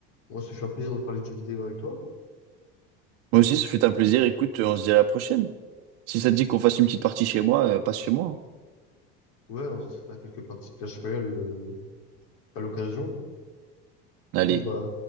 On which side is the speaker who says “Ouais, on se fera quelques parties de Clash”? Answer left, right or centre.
Left